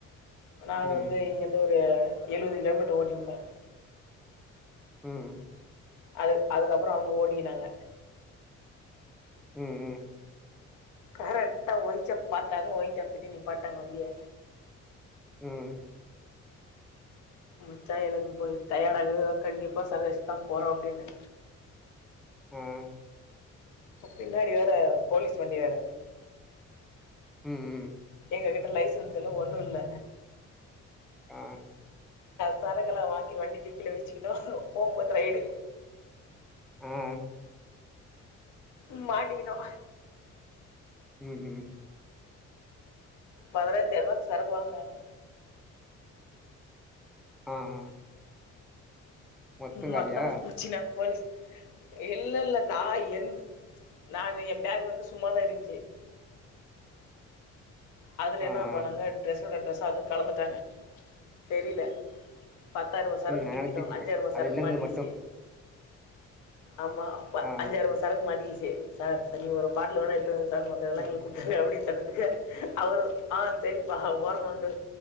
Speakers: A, on the left (about 75°); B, in the centre.
A: நான்
B: ம்
A: வந்து இங்கந் து ஒரு எழுவது கிலோமீட்டர் ஓட்டினுப்ப
B: ம்
A: அது அதுக்கப்பறோ அவுங்க ஓட்டிக்கினாங்க
B: ம்
A: கரெக்டா ஒயின்ஷாப் பாத்தாங்க ஒயின்ஷாப்கிட்ட நிப்பாட்டாங்க வண்டிய
B: ம்
A: மச்சா எனக்கு கொஞ் டயாடாகிது கண்டிப்பா சரகச்தா போறோ அப்டின்னு
B: ம்
A: பின்னாடி வேற போலீஸ் வண்டி வேற
B: ம் ம்
A: எங்ககிட்ட லைசன்ஸ் இல்ல ஒண்ணூ இல்ல
B: ஆ
A: சரக்கல்லா வாங்கி வண்டி டிக்கில வெச்சுக்கினோ போம்போது ரைடு
B: ம்
A: ம் மாட்டிகினோ
B: ம் ம்
A: பதினஞ்சாய்ர்ருபாக் சரக்கு வாங்குனாங்க
B: ஆ ஆ மொத்தம்
A: மொத்தமா
B: காலியா
A: புச்சிக்னாங் போலிஸ் இல்லல்ல நா என்து நானு என் பேக் வந்து சும்மாதா இருந்துச்சி அதுல
B: ஆ
A: என்ன
B: ஆ
A: பண்ணாங்க ட்ரெஸ்ஸோட ட்ரெஸ்ஸா அதூ கலந்துட்டாங்க தெரீல பத்தாயிர்ருபா சரக்
B: ம் அதனால
A: மீத்திட்டோ
B: திருத்திட்டேன்
A: அஞ்சாயர்ரூவா
B: அது
A: சரக்கு
B: இல்லேன்னது
A: மாட்டிக்கிச்சி
B: மட்டும்
A: ஆமா ப
B: ஆ
A: அஞ்சாயர்ருவா சரக்கு மாட்டிக்கிசி சார் சார் நீங் ஒரு பாட்டில் வேணா எத்துகுங்க சார் மத்ததெல்லா
B: ஆ
A: எங்ளுக்கு
B: ம்
A: குத்துருங்க அப்டின் சொன்னதுக்கு அவரு ஆ சரிப்பா ஓரமா வந்து